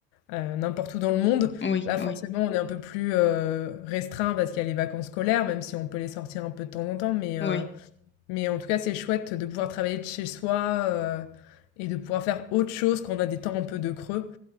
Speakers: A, on the left; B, on the left.
A: Heu, n'importe où dans le monde.
B: oui,
A: Là,
B: oui,
A: forcément, on est un peu plus, heu, restreint parce qu'il y a les vacances scolaires, même si on peut les sortir un peu de temps en temps, mais heu,
B: oui.
A: mais en tout cas, c'est chouette de pouvoir travailler de chez soi, heu et de pouvoir faire autre chose quand on a des temps un peu de creux.